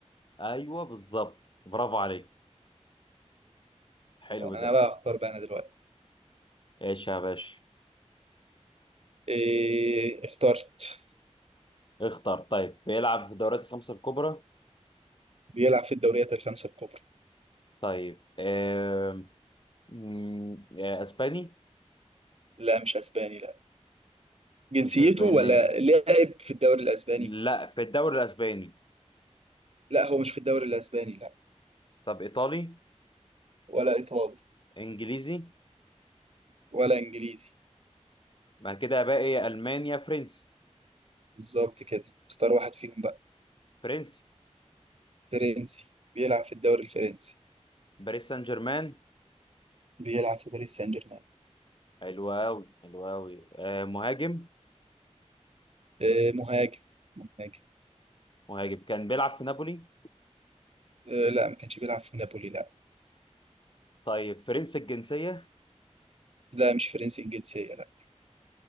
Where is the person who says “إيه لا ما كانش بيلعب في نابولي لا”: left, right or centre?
Right